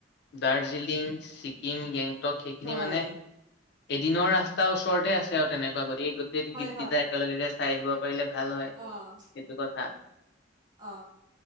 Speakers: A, on the left; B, on the right.
A: দাৰ্জিলিং ছিকিম গেংটক সেইখিনি
B: হয়
A: মানে এদিনৰ ৰাস্তাৰ ওচৰতে আছে আৰু তেনেকুৱা গতিকে গোটেই
B: হয়
A: গীতকেইটা একেলগে চাই আহিব পাৰিলে ভাল হয়।
B: অঁ
A: সেইটো কথা।
B: অ